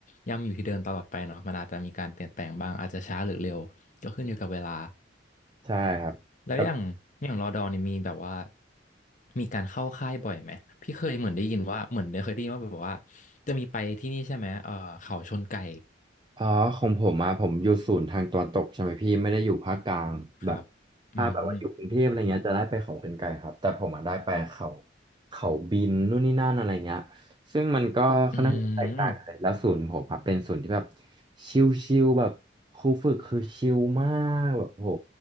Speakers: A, on the left; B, on the right.
A: ย่ำอยู่ที่เดิมตลอดไปเนาะมันอาจจะมีการเปลี่ยนแปลงบ้างอาจจะช้าหรือเร็วก็ขึ้นอยู่กับเวลา
B: ใช่ครับแบบ
A: แล้วอย่างอย่างรอดอนี่มีแบบว่ามีการเข้าค่ายบ่อยไหมพี่เคยเหมือนได้ยินว่าเหมือนเคยได้ยินว่าแบบว่าจะมีไปที่นี่ใช่ไหมเออเขาชนไก่
B: อ๋อของผมมาผมอยู่ศูนย์ทางตะวันตกใช่ไหมพี่ไม่ได้อยู่ภาคกลางแบบ
A: ครับ
B: ถ้าแบบว่าอยู่กรุงเทพอะไรเงี้ยจะได้ไปเขาเป็นไกลครับแต่ผมอ่ะได้ไปเขา
A: อืม
B: เขาบินนู่นนี่นั่นอะไรเงี้ยซึ่งมันก็ค่อนข้างจะแตกต่างกันแล้วศูนย์ผมอ่ะเป็นศูนย์ที่แบบ
A: อืม
B: ชิลๆแบบครูฝึกคือชิลมากแบบโห